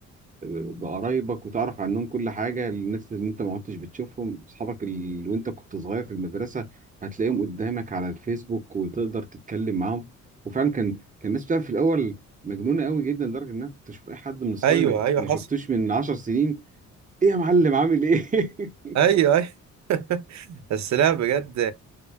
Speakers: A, on the right (about 25°); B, on the right (about 65°).
A: بقرايبك وتعرف عنهم كل حاجة الناس اللي انت ما كنتش بتشوفهم اصحابك اللي وانت كنت صغير في المدرسة هتلاقيهم قدامك على الفيسبوك وتقدر تتكلم معاهم وفعلا كان كان الناس بتعمل في الاول مجنونة قوي جدا لدرجة ان انا كنت اشوف اي حد من اصحابي
B: ايوه
A: ما
B: ايوه
A: ما
B: حصل
A: شفتوش من 10 سنين ايه يا معلم عامل ايه
B: ايوه
A: <laughs>
B: ايوه <laughs> بس لا بجد